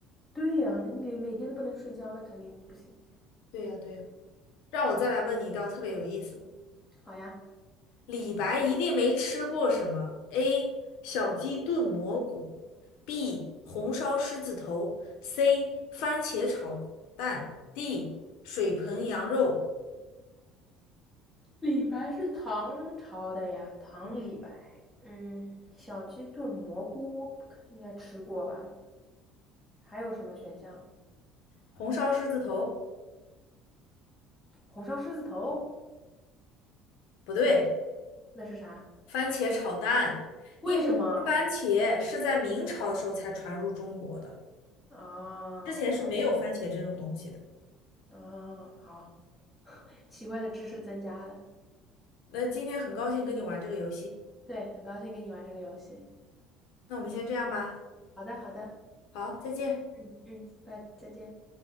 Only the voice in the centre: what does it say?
对呀、啊那你连每天都不能睡觉，那肯定不行。
好呀，
李白是唐朝的呀，唐李白。
嗯，小鸡炖蘑菇应该吃过吧？还有什么选项？
红烧狮子头，
那是啥？
为什么？
啊，
好吧，啊，好，奇怪的知识增加了。
对，很高兴跟你玩这个游戏。
好的，好的，
嗯嗯，拜，再见。